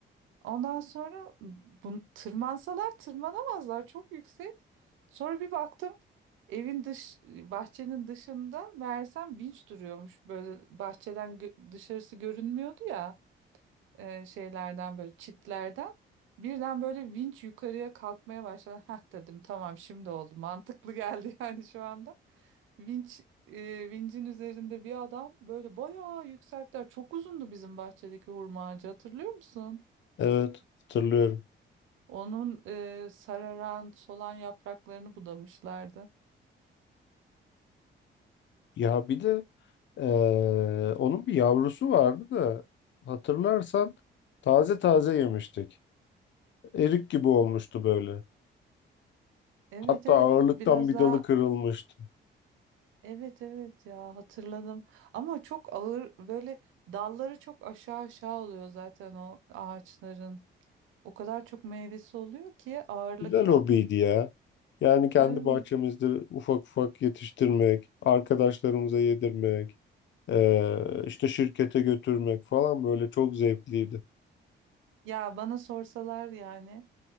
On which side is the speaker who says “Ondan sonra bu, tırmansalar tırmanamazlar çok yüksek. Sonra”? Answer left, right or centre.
Right